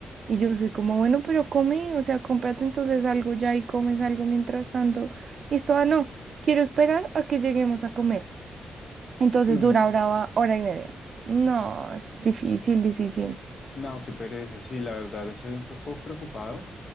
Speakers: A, on the right; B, on the left.
A: Y yo soy como, bueno, pero come, o sea, cómprate entonces algo ya y comes algo mientras tanto. Y esto, ah, no, quiero esperar a que lleguemos a comer. Entonces
B: Mm,
A: dura brava hora y media. No, es difícil, difícil.
B: no, qué pereza, sí, la verdad, estoy un poco preocupado.